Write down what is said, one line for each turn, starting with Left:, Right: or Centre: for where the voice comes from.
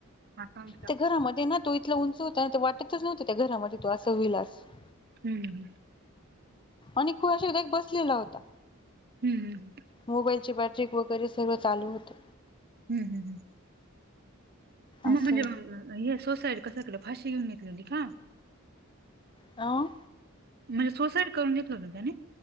Right: आकांक्षा
Left: त्या घरामध्ये ना तो इथला उंच ह ता वाटतच नव्हतं त्या घरामध्ये तो असं होईल असं.
Right: हम्म हम्म
Left: आणि खू अशा एक बसलेला होता
Right: हम्म हम्म
Left: मोबाईलची बॅटरी वगैरे सर्वं चालू होतं.
Right: हम् हम् हम अ्नं
Left: असं
Right: म्हणजे हे सुसाइड कसं केलं फाशी घेऊन घेतलेली का?
Left: आं
Right: म्हणजे सुसाईड करून घेतलं होता त्याने?